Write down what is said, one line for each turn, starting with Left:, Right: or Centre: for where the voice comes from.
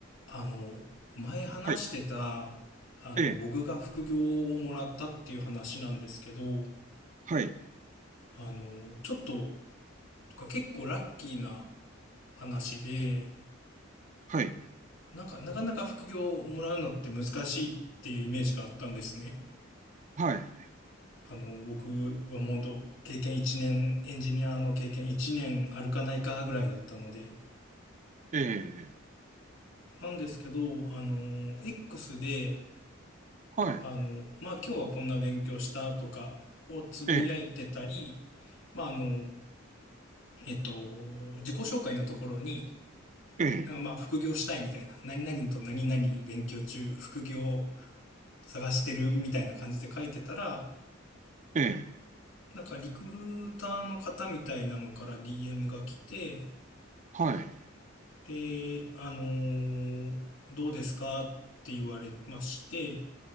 Left: あの前話してた
Right: はい、
Left: あの僕が副業をもらったっていう話なんですけど
Right: ええ、はい、
Left: あのちょっととか結構ラッキーな話で
Right: はい、
Left: なんかなかなか副業をもらうのって難しいっていうイメージがあったんですね。
Right: はい、
Left: あの僕はもうと経験1年エンジニアの経験1年あるかないかぐらいだったので
Right: ええ、
Left: なんですけどあの X で
Right: はい、
Left: あの、まあ、今日はこんな勉強したとかをつぶやいてたり、
Right: ええ、
Left: まあ、あの、えっと、自己紹介のところに、
Right: ええ、
Left: なんかまあ、副業したいみたいな、何々と何々勉強中、副業探してるみたいな感じで書いてたら、
Right: ええ、
Left: なんかリクルーターの方みたいなのから DM が来て、
Right: はい、
Left: で、あのどうですかって言われまして、